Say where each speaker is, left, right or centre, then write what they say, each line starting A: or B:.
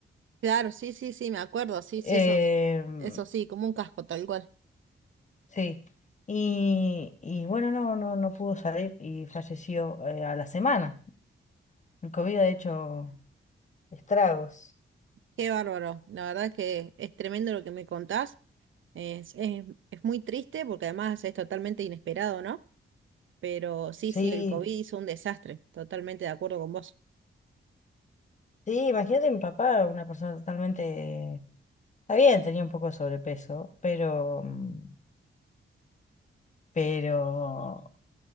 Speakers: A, on the right; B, on the left.
A: Claro, sí, sí, sí, me acuerdo. Sí, sí,
B: Em,
A: eso, eso sí, como un casco, tal cual.
B: sí. Y, y bueno, no, no, no pudo salir y falleció eh, a la semana. El COVID ha hecho estragos.
A: Qué bárbaro. La verdad es que es tremendo lo que me contás. Es, es, es muy triste porque además es totalmente inesperado, ¿no? Pero sí,
B: Sí,
A: sí, el COVID hizo un desastre. Totalmente de acuerdo con vos.
B: Sí, imagínate mi papá, una persona totalmente... Está bien, tenía un poco de sobrepeso, pero... mm, Pero...